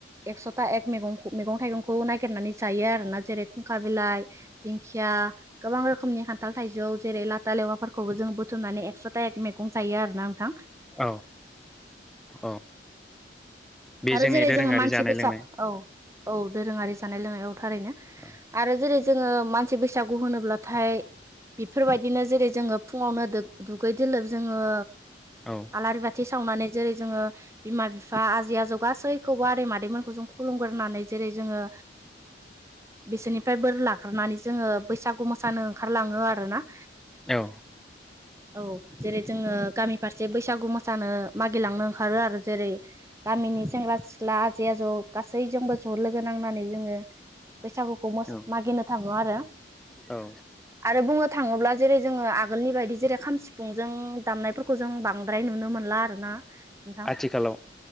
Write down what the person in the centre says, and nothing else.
औ औ बे
जोंनि
दोरोङारि
जानाय
लोंनाय
औ
औ
औ
औ
औ
आथिखालाव